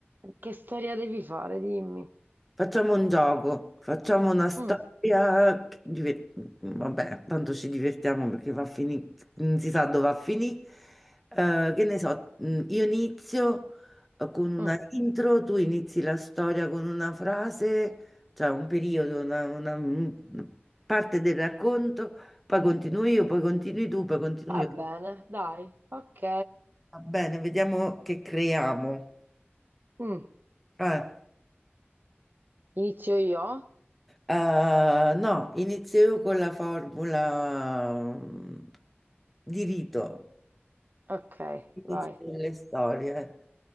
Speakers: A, on the right; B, in the centre.
A: Che storia devi fare, dimmi.
B: Facciamo un gioco, facciamo una storia,
A: Mm,
B: che diver- vabbè, tanto ci divertiamo perché va a finì- non si sa dove va a finire. Eh, che ne so, mm, io inizio eh, con una
A: mm.
B: intro, tu inizi la storia con una frase, cioè un periodo, una, una- un- parte del racconto, poi continuo io, poi continui tu, poi continuo
A: Va
B: io.
A: bene, dai, ok.
B: Va bene, vediamo che creiamo.
A: Mm.
B: Eh.
A: Inizio io?
B: Eh, no, inizio con la formula mm, di rito,
A: Ok,
B: inizio
A: vai.
B: con le storie.